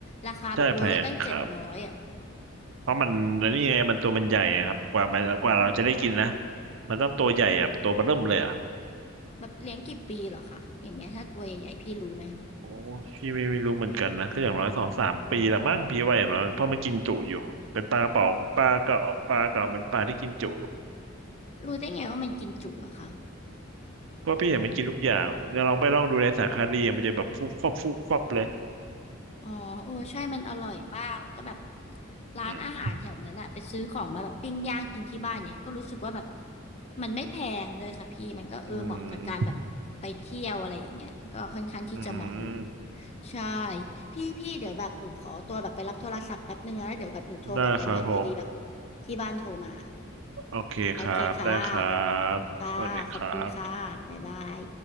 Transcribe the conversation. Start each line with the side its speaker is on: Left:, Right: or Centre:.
Left: ราคาแบบโลละตั้งเจ็ดร้อยอ่ะ
Right: ใช่แพงครับเพราะมันอันนี่ไงมันตัวมันใหญ่อะครับกว่ามันกว่าเราจะได้กินนะมันต้องตัวใหญ่อะตัวเบอเริ่มเลยอะครับ
Left: แบบเลี้ยงกี่ปีเหรอคะ อย่างเงี้ยถ้าตัวใหญ่ๆพี่รู้ไหม
Right: โอ้พี่ไม่ไม่รู้เหมือนกันนะก็อย่างน้อยสองสามปีละมั้งพี่ว่าอย่างน้อยเพราะมันกินจุอยู่เป็นปลากระเป๋าปลากระปลาเก๋าเป็นปลาที่กินจุ
Left: รู้ได้ไงว่ามันกินจุอะคะ
Right: เพราะพี่เห็นมันกินทุกอย่างจะวลองไปลองดูในสารคดีอะมันจะแบบฟุบฟับฟุบฟับเลย
Left: อ๋อเออใช่มันอร่อยมากแล้วก็แบบร้านอาหารแถวนั้นอะไปซื้อของมาแบบปิ้งย่างกินที่บ้านเนี่ยก็รู้สึกว่าแบบ
Right: อืม
Left: มันไม่แพงด้วยค่ะพี่มันก็เออเหมาะกับการแบบไปเที่ยวอะไรอย่างเงี้ยก็ค่อนข้างที่จะเหมาะอยู่
Right: อืมอืม
Left: ใช่พี่พี่เดี๋ยวแบบหนูขอตัวแบบไปรับโทรศัพท์แป๊บนึงนะแล้วเดี๋ยวแบบหนูโทรกลับไปใหม่พอดีแบบ
Right: ได้ครับผม
Left: ที่บ้านโทรมา
Right: โอเคครับได้ครั
Left: โอเคค่ะ
Right: บสวัสดีครับ
Left: ค่ะขอบคุณค่ะบ๊ายบาย